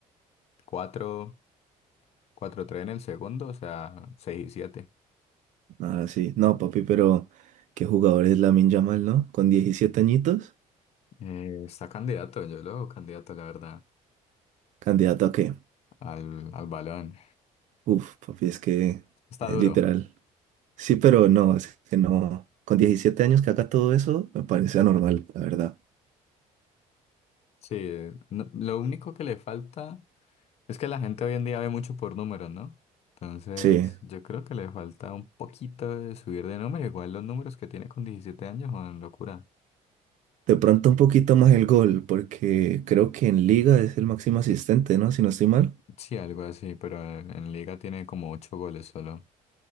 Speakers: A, on the left; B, on the right.
A: cuatro cuatro tres en el segundo, o sea, 6 y siete
B: Ah, sí. No, papi, pero qué jugador es Lamine Yamal, ¿no? Con 17 añitos,
A: Eh, está candidato, yo lo veo candidato, la verdad,
B: candidato a qué?
A: al, al balón.
B: Uf, papi, es que,
A: Está
B: eh,
A: duro.
B: literal. Sí, pero no, es que no. Con 17 años que haga todo eso, me parece anormal, la verdad.
A: Sí, no- lo único que le falta Es que la gente hoy en día ve mucho por números, ¿no? Entonces,
B: Sí,
A: yo creo que le falta un poquito de subir de número. Igual los números que tiene con 17 años son locura.
B: de pronto un poquito más el gol, porque creo que en liga es el máximo asistente, ¿no? Si no estoy mal.
A: Sí, algo así, pero en en liga tiene como 8 goles solo.